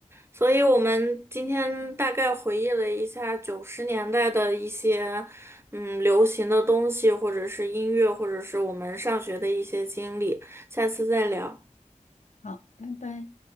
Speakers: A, on the right (about 20°); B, on the left (about 65°).
A: 所以我们今天大概回忆了一下九十年代的一些嗯流行的东西，或者是音乐，或者是我们上学的一些经历，下次再聊。
B: 好，拜拜。